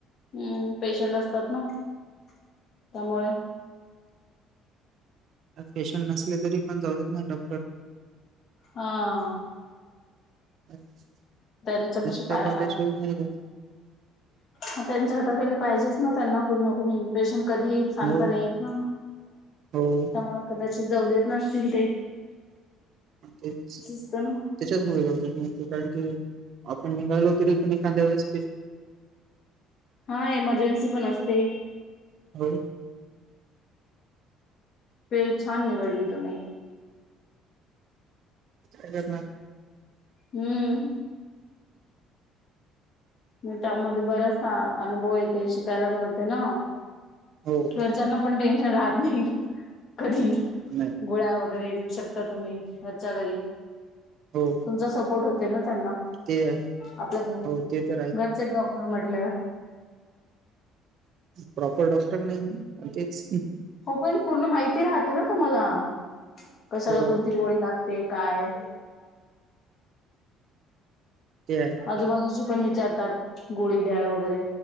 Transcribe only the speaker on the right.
आ पेशंट नसले तरी पण जाऊ देत ना डॉक्टर
नाईट
स्टाफ
आल्याशिवाय नाही जात.
हो
हो
तेच
त्याच्याचमुळे
रालतात कारण की आपण निघालो तरी एखाद्या वेळेस
हो
अ म
हो
नाही
हो
ते आहे
हो ते तर आहे
प्रॉपर डॉक्टर नाही म्हणजेच
हो
ते आहे